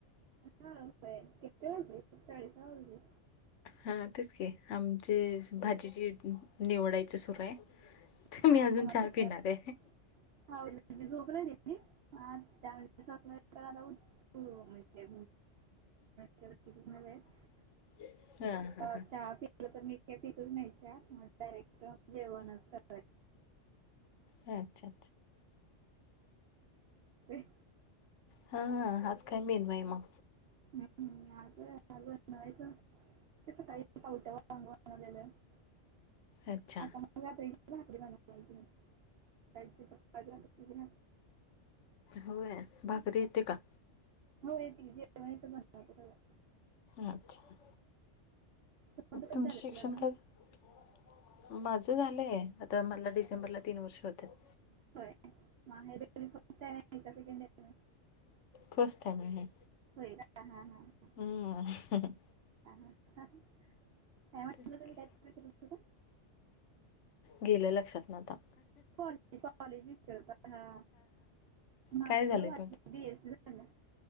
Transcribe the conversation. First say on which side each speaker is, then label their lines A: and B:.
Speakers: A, on the right; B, on the left.
A: हा होय किती वाजले साडे सहा वाजले.
B: हा तेच की आमचे भाजीची निवडायचा सुरू आहे. तर
A: हां
B: मी
A: हा
B: अजून
A: म
B: चहा
A: त्यात
B: पिणार
A: काय.
B: आहे
A: हा <unintelligible> झोप लागलेली आता म्हणजे सासूबाई आल्यावर उठ हो माहितीये <unintelligible> उठले. <unintelligible>
B: <unintelligible>
A: आता
B: हा
A: चहा पिलं तर मी ते पितच नाही चहा म डायरेक्ट जेवणच कर.
B: हा अच्छा
A: <unintelligible>
B: हा हा आज काय मेनू आहे मग?
A: हम्म. <unintelligible> <unintelligible>
B: अच्छा
A: आता मला <unintelligible> भाकरी बनवायची आहे, सकाळची चपाती. <unintelligible>
B: होय भाकरी येते का?
A: हो येते की. <unintelligible> सगळं
B: अच्छा.
A: तुमचं कधी
B: तुमचे
A: झालं
B: शिक्षण
A: लग्न
B: काय झालं? माझं झालंय आता मला डिसेंबरला तीन वर्ष होत्यात.
A: <unintelligible>
B: फर्स्ट टाइम आहे.
A: होय का हा हा हा.
B: हम्म.
A: <unintelligible> म्हटलं
B: तेच
A: तुम्ही
B: की.
A: काय विचारत होता
B: गेलं लक्षात न आता.
A: कॉलेज कॉलेज विचारता हा माझा
B: काय झालंय तू
A: बी एस सी झालं.